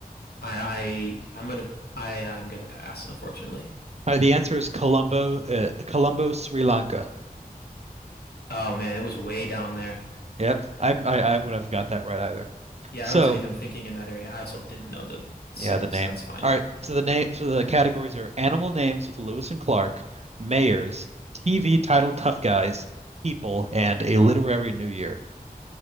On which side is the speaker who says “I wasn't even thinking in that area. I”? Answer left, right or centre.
Left